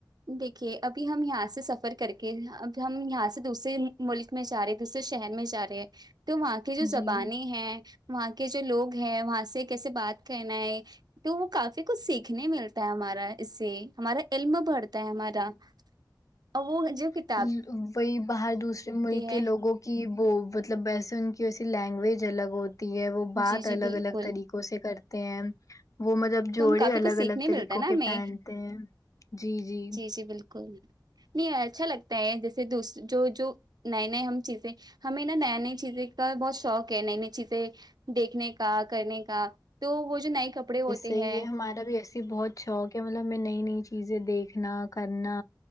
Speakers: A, on the right (about 60°); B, on the left (about 45°).
A: دیکھیے ابھی ہم یہاں سے سفر کر کے اب ہم یہاں سے دوسرے ملک میں جا رہے دوسرے شہر میں جا رہے ہیں تو وہاں کی جو زبانیں
B: جی
A: ہیں وہاں کے جو لوگ ہیں وہاں سے کیسے بات کرنا ہے تو وہ کافی کچھ سیکھنے ملتا ہے ہمارا اس سے ہمارا علم بڑھتا ہے ہمارا اور وہ مجھے کت
B: کہ وہی باہر دوسرے ملک
A: ہیں
B: کے لوگوں کہ وہ مطلب ویسے ان کی ویسی لینگویج الگ ہوتی ہے وہ بات
A: جی جی
B: الگ
A: بالکل
B: الگ طریقے قوں سے کرتے ہیں وہ مطلب
A: تو
B: جوڑے
A: ہم کافی کچھ
B: الگ
A: سیکھنے
B: الگ طریقوں
A: ملتا ہے نا
B: کے
A: ہمیں
B: پہنتے ہیں جی جی
A: جی بالکل نہیں اچھا لگتا ہے جیسے دوسر جو جو نیے نئے ہم چیزیں ہمیں نا نیے نیے چیزیں کا بہت شوق ہے نئی نئی چیزیں دیکھنے کا کرنے کا تو وہ جو نئے کپڑے ہوتے
B: تو یہ
A: ہیں
B: ہمارا بھی ایسی بہت شوق ہے مطلب میں نئی نئی چیزیں دیکھنا کرنا